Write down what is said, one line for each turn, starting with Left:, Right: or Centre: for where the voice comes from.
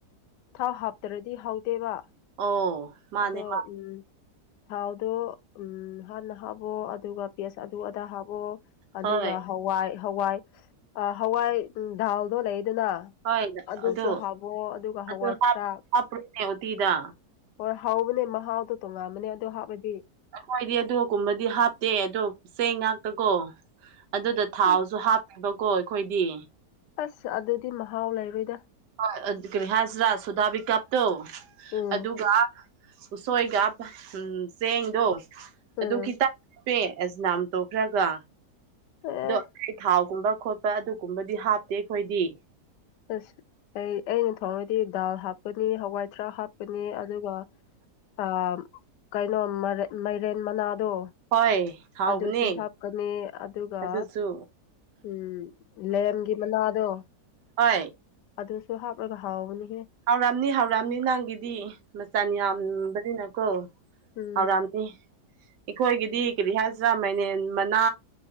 Left: ꯊꯥꯎ ꯍꯥꯞꯇ꯭ꯔꯗꯤ ꯍꯧꯗꯦꯕ
Right: ꯑꯣ ꯃꯥꯅꯦ
Left: ꯑꯗꯣ ꯎꯝ ꯊꯥꯎꯗꯨ ꯎꯝ ꯍꯥꯟꯅ ꯍꯥꯞꯄꯣ ꯑꯗꯨꯒ ꯄꯦꯁ ꯑꯗꯨ ꯑꯗꯥ ꯍꯥꯞꯄꯣ ꯑꯗꯨꯒ
Right: ꯍꯣꯏ
Left: ꯍꯋꯥꯏ ꯍꯋꯥꯏ ꯍꯋꯥꯏ ꯗꯥꯜꯗꯣ ꯂꯩꯗꯅ
Right: ꯍꯣꯏ
Left: ꯑꯗꯨꯁꯨ
Right: ꯑꯗꯨ
Left: ꯍꯥꯞꯄꯣ ꯑꯗꯨꯒ
Right: ꯑꯗꯨ
Left: ꯍꯋꯥꯏ
Right: ꯍꯥ
Left: ꯊ꯭ꯔꯥꯛ
Right: ꯍꯥꯄꯅꯦ ꯑꯣ ꯇꯗ
Left: ꯍꯣꯏ ꯍꯥꯎꯕꯅꯦ ꯃꯍꯥꯎꯗꯣ ꯇꯣꯡꯉꯥꯥꯟꯕꯅꯦ ꯑꯗꯣ ꯍꯥꯏꯕꯗꯤ
Right: ꯑꯩꯈꯣꯏꯗꯤ ꯑꯗꯨ ꯀꯨꯝꯕꯗꯤ ꯍꯥꯞꯇꯦ ꯑꯗꯣ ꯆꯦꯡ ꯉꯥꯛꯇꯀꯣ ꯑꯗꯨꯗ ꯊꯥꯎꯁꯨ
Left: ꯎꯝ
Right: ꯍꯥꯞꯄꯤꯦꯕꯀꯣ ꯑꯩꯈꯣꯏꯗꯤ
Left: ꯑꯁ ꯑꯗꯨꯗꯤ ꯃꯍꯥꯎ ꯂꯩꯔꯣꯏ
Right: ꯍ ꯑꯗꯨ ꯀꯔꯤ ꯍꯥꯏꯖꯔꯥ ꯁꯨꯗꯥꯥꯕꯤ ꯀꯥꯞꯇꯧ
Left: ꯎꯝ
Right: ꯑꯗꯨꯒ ꯎꯁꯣꯏꯒ ꯎ ꯆꯦꯡꯗꯣ
Left: ꯎꯝ
Right: ꯑꯗꯨ ꯈꯤꯇꯪ ꯄꯦ ꯑꯦꯁꯅꯥꯝ ꯇꯣꯛꯈ꯭ꯔꯒ
Left: ꯑꯦ
Right: ꯑꯗꯣ ꯑꯩ ꯊꯥꯎ ꯀꯨꯝꯕ ꯈꯣꯠꯄ ꯑꯗꯨꯒꯨꯝꯕꯗꯤ ꯍꯥꯞꯇꯦ ꯑꯩꯈꯣꯏꯗꯤ
Left: ꯑꯁ ꯑꯩ ꯑꯩꯅ ꯊꯣꯡꯉꯗꯤ ꯗꯥꯜ ꯍꯥꯞꯀꯅꯤ ꯍꯋꯥꯏ ꯊꯔ ꯍꯥꯞꯀꯅꯤ ꯑꯗꯨꯒ ꯑ ꯀꯩꯅꯣ ꯃꯥꯏꯔꯦꯟ ꯃꯅꯥ ꯑꯗꯣ
Right: ꯍꯣꯏ ꯍꯥꯎꯕꯅꯦ
Left: ꯑꯗꯨꯁꯨꯦ ꯍꯥꯞꯀꯅꯤ ꯑꯗꯨꯒ
Right: ꯑꯗꯨꯁꯨ
Left: ꯎꯝ ꯂꯦꯝꯒꯤ ꯃꯅꯥꯗꯣ
Right: ꯍ
Left: ꯑꯗꯨꯁꯨ ꯍꯥꯞꯂꯒ ꯍꯥꯎꯕꯅꯦ
Right: ꯍꯥꯎꯔꯥꯝꯅꯤ ꯍꯥꯎꯔꯥꯝꯅꯤ ꯅꯍꯪꯒꯤꯗꯤ ꯃꯆꯆꯥ ꯌꯥꯝꯕꯅꯤꯅꯀꯣ
Left: ꯎꯝ
Right: ꯍꯔꯝꯅꯤ ꯑꯩꯈꯣꯏꯒꯤꯗꯤ ꯀꯔꯤ ꯍꯥꯏꯁꯤ꯭ꯔꯥ ꯃꯥꯏꯅꯦꯟ ꯃꯅꯥ